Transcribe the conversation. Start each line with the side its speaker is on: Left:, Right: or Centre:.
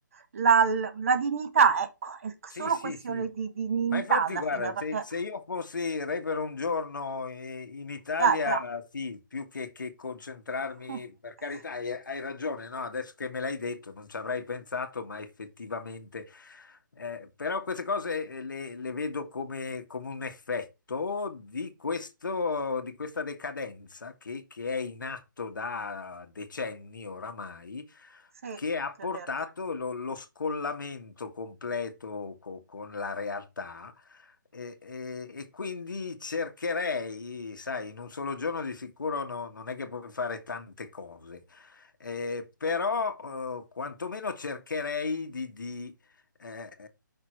Right: la- la- la dignità, ecco, è solo
Left: Sì, sì,
Right: questione
Left: sì.
Right: di di dignità
Left: Ma infatti,
Right: alla
Left: guarda,
Right: fine, perché,
Left: se, se io fossi re per un giorno eh, in Italia,
Right: eh, bravo.
Left: sì, più che, che concentrarmi,
Right: <laughs>
Left: per carità, hai, hai ragione, no? Adesso che me l'hai detto, non ci avrei pensato, ma effettivamente. eh, però queste cose eh, le, le vedo come, come un effetto di questo, di questa decadenza che, che è in atto da decenni oramai
Right: Sì,
Left: che ha
Right: è
Left: portato
Right: vero.
Left: lo, lo scollamento completo co- con la realtà. E, e- e quindi cercherei, sai, in un solo giorno di sicuro no- non è che puoi fare tante cose, Eh, però eh, quantomeno cercherei di, di eh,